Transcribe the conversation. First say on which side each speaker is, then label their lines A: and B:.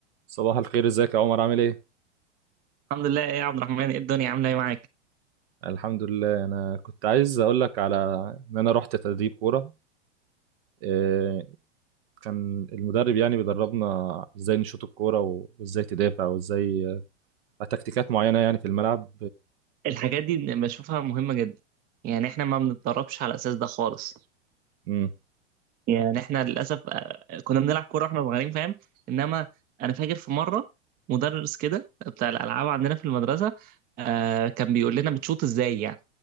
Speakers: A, on the right (about 55°); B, on the right (about 25°).
A: صباح الخير ازيك يا عمر عامل ايه
B: الحمد لله ايه يا عبد الرحمن ايه الدنيا عامله ايه معاك
A: الحمد لله انا كنت عايز اقول لك على ان انا رحت تدريب كوره إيه، كان المدرب يعني بيدربنا ازاي نشوط الكوره و- وازاي تدافع وازاي آه، تكتيكات معينه يعني في الملعب
B: الحاجات دي بن- بشوفها مهمه جدا يعني احنا ما بنتدربش على الاساس ده خالص
A: امم
B: يعني احنا للاسف آه، كنا بنلعب كوره واحنا صغيرين فاهم انما انا فاكر في مره مدرس كده بتاع الالعاب عندنا في المدرسه آه كان بيقول لنا بتشوط ازاي يعني